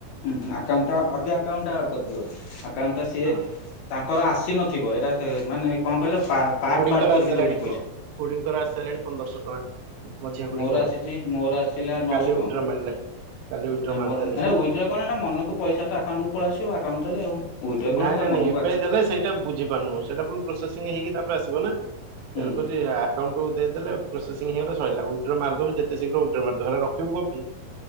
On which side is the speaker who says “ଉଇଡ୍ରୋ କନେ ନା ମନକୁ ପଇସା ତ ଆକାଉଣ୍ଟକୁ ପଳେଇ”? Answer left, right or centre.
Left